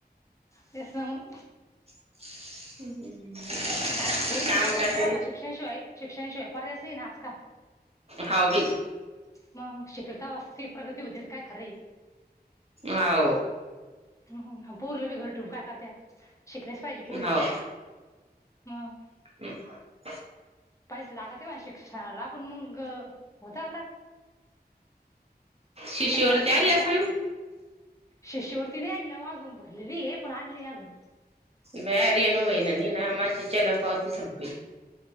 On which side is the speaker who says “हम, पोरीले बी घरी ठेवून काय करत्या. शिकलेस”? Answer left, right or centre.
Left